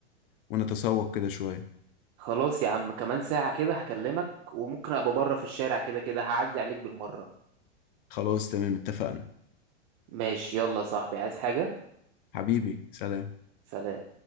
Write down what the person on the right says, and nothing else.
خلاص يا عم كمان ساعة كده هكلمك وممكن ابقى بره في الشارع كده كده هعدي عليك بالمرة
ماشي يلا يا صاحبي عايز حاجة
سلام